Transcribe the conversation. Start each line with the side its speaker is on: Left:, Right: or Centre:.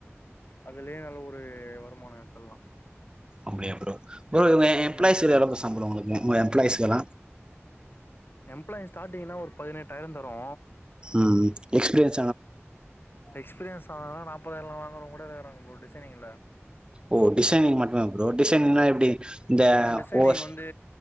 Left: அதுலயே நல்ல ஒரு வருமானோ எடுத்துல்லா
Right: அப்டியா ப்ரோ ப்ரோ இவங்க
Left: ம்
Right: எம்ப்ளாயிஸு <unintelligible> சம்ப்ளோ உங்கக்கு உங்க எம்ப்ளாயிஸ்கெலா
Left: எம்ப்ளாயிஸ் ஸ்டார்டிங்னா ஒரு பதினெட்டாயிரோ தரோ
Right: ம் எக்ஸ்பீரியன்
Left: எக்ஸ்பீரியன்ஸ் ஆனவங்கலா நாப்பதாயிரலா வாங்குறவுங்க கூட இருக்காங்க ப்ரோ டிசைனிங்ல
Right: ஓ டிசைனிங் மட்டுமா ப்ரோ டிசைனிங்னா எப்டி இந்த
Left: ஆனா டிசைனிங்
Right: ஓஸ்
Left: வந்து